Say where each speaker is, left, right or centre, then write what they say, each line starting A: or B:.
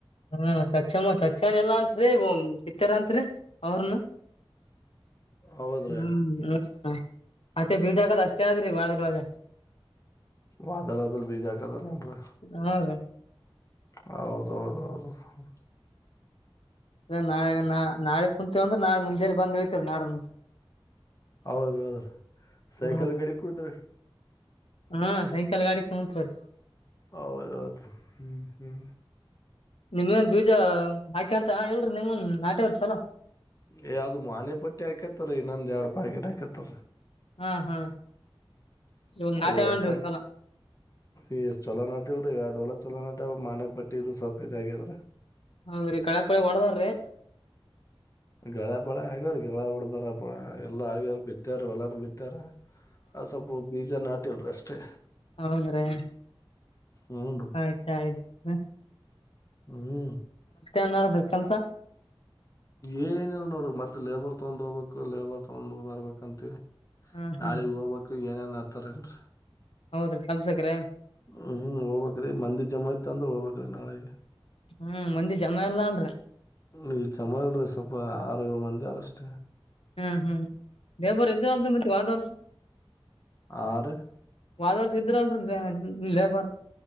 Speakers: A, on the left (about 80°); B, on the left (about 35°).
A: ಹ್ಮ್ ಸ್ಛಚ <unintelligible> ಎಲ್ಲಾ ಅತ್ರಿ ಬಿತ್ತಾರ ಅಂತ್ರಿ ಅವ್ರನು
B: ಹೌದ್ರೀ
A: ಹ್ಮ್ ಹ ಮತ್ತೆ ಬೀಜಾಕದ ಅಷ್ಟೇ ಆದ್ರಿ ವಾರದವಾಗ
B: ವಾದಲದಲ್ಲಿ ಬೀಜ ಹಾಕದ ನೋಡ್ರಿ
A: ಹ್ಮ ರೀ
B: ಹೌದ ಹೌದ ಹೌದು ಹ
A: ಅ ನಾಳೆ ನಾ ನಾಳೆ ಕುಂತ್ರೆ ನಾಳೆ ಮುಂಜಾನೆ ಬಂದ್ ವೈತಿವರಿ ನಾಡದ
B: ಹೌದ ಹೌದ
A: ಹ್ಮ
B: ಸೈಕಲ್ ಗಡಿ ಕುದ್
A: ಹಾ ಸೈಕಲ್ ಗಾಡಿ ತಗೋತರಿ
B: ಹೌದೌದು ಹ್ಮ್ ಹ್ಮ್
A: ನಿಮೇನ್ ಬೀಜ ಹಾಕಂತ ಇಲ್ ನಿಮನ್ ನಾಟೆ ಈ ಸಲ
B: ಏ ಅ ಮಾನೆ ಪಟ್ಟಿ ಹಾಕೇತ್ತರಿ ಇನ್ನೊಂದ್ ಎರಡ್ ಪ್ಯಾಕೆಟ್ ಹಾಕತ್ತರಿ
A: ಹಾ ಹಾ ಇವ್
B: ಓಂ
A: ನಾಟ್ಯವೇನ್ರಿ
B: ಎಕನ್
A: ಚಲೋ
B: ಈ ಚಲೋನಾಟಿಲ್ಲರೀ ಎಡಹೋಲ್ಲ ಚಲೋನಾಟಿಲ ಮಾನೆ ಪಟ್ಟಿ ಇದು ಸ್ವಪ್ಪ ಇದು ಆಗೇದ್ರ.
A: ಹೌದ್ರರಿ ಕಳೆಪಳಿ ಹೊಡದ್ರಿ
B: ಗಳೆ ಪಳೆ ಆಗವರಿ ಗುರಳ ಹೋಡದ. ರ ಎಲ್ಲಾ ಆಗ್ಯಾರ ಬಿತ್ತಾರ ಹೊಲ್ಲಾನು ಬಿತ್ತಾರ ಆ ಸ್ವಲ್ಪ ಬೀಜ ನಾಟಿಲರೀ ಅಷ್ಟ ಷ್ಟೆ
A: ಹೌದ್ರೆ
B: ಹೂನ್ರಿ
A: ಆಯ್ತ ಆಯ್ತ
B: ಹ್ಮ್
A: ಅನದೆ ಕೆಲ್ಸ
B: ಏನಿಲ್ಲ ನೋಡ್ರಿ ಮತ್ತತ್ ಲೇಬರ್ ತಗೊಂಡ್ ಹೋಗ್ಬೇಕು ಲೇಬರ್ ತಗೊಂಡ ಬರ್ಬೇಕಂತಿ
A: ಹ್ಮ್
B: ನಾಳೆಗ್
A: ಹ್ಮ್
B: ಹೋಗ್ ಏನೇನ್ ತ್ತರನ್
A: ಹೌದ್ರಿ ಕಲ್ಸಕ್ರೆ
B: ಹ್ಮ್ ಹ್ಮ್ ಹೋಗ್ಕ್ಮಂದಿ ಜಮಾ ಇತ್ ಅಂದ್ರ ಹೋಗಬಕ್ ನಾಳೆೆಗೆ
A: ಹ್ಮ್ ಮಂದಿ ಜನ ಎಲ್ಲಾ ಅನ್
B: ಈ ಜಮ ಇಲ್ರಿ ಸ್ವಲ್ಪ ಆರು ಏಳು ಮಂದಿಾರಷ್ಟೇ
A: ಹ್ಮ ಹ್ಮ ಬೇ ಬರು ಇದ್ದಮತ್ತೆ ವಾದ ವರ್ಸ <unintelligible> <inaudible>
B: ಆರು
A: ವದಾರ ಸಿದ್ಧಲ್ರಿ ಲೇಪರ್